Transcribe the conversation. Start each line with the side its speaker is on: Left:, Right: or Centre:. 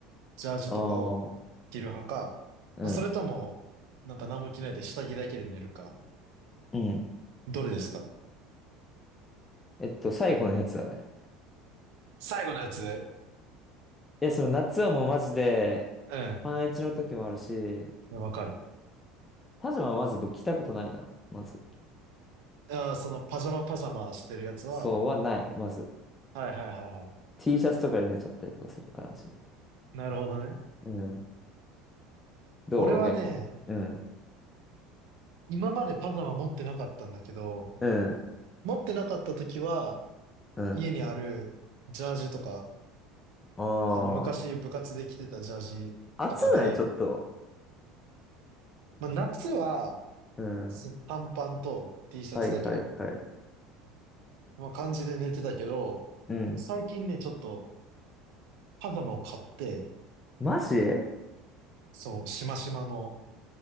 Right: ジャージとかを着る派か、
Left: ああ、うん、
Right: まあ、それとも、なんか何も着ないで下着だけで寝るか、
Left: うん。
Right: どれですか
Left: えっと、最後のやつだね。
Right: 最後のやつ
Left: いや、その夏はもうマジで、
Right: うん。
Left: パンイチの時もあるし、
Right: いやわかる。
Left: パジャマはまず僕着たことないな、まず。
Right: あー、そのパジャマパジャマしてるやつは、
Left: そうはない、まず。
Right: はいはいはいは
Left: T シャツとかで寝ちゃったりとかする感じ。
Right: い。なるほどね。
Left: うん。どう逆に。
Right: 俺はね、
Left: うん、
Right: 今までパジャマ持ってなかったんだけど、
Left: うん、
Right: 持ってなかった時は、
Left: うん。
Right: 家にあるジャージとか、
Left: あ
Right: その昔部活で着てたジャージとかで、
Left: あ、暑ないちょっと。
Right: まあ夏は
Left: うん。
Right: す短パンと T シャツだけど、
Left: はいはいはい。
Right: まあ感じで寝てたけど、
Left: うん。
Right: 最近ね、ちょっとパジャマを買って、
Left: マジ
Right: そう、しましまの、